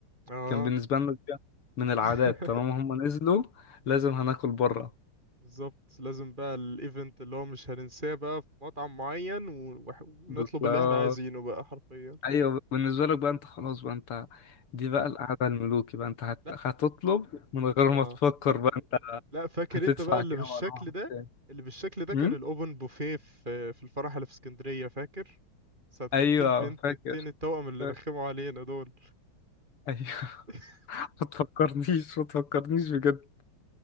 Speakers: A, on the right (about 20°); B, on the left (about 85°).
A: اه
B: كان بالنسبه لنا دي من العادات
A: <laughs>
B: طالما هم نزلوا لازم هناكل بره
A: بالظبط لازم بقى الايفنت اللي هو مش هننساه بقى في مطعم معين و- وح- ونطلب
B: بالظبط
A: اللي احنا عايزينه بقى حرفيا
B: ايوه بالنسبه لك بقى انت خلاص بقى انت دي بقى القعده الملوكي بقى انت هت...
A: لا
B: هتطلب من غير
A: اه
B: ما تفكر بقى انت
A: لا فاكر
B: هتدفع
A: انت بقى اللي
B: كام
A: بالشكل
B: ولا هتدفع
A: ده
B: كام.
A: اللي بالشكل ده كان
B: أم؟
A: الاوبن بوفيه في في الفرح اللي في اسكندرية فاكر ساعة
B: ايوه
A: كان في البنت
B: فاكر
A: التاني التوأم اللي
B: فاكر.
A: رخموا علينا دول
B: ايوه <laughs>
A: <laughs>
B: ما تفكرنيش ما تفكرنيش بجد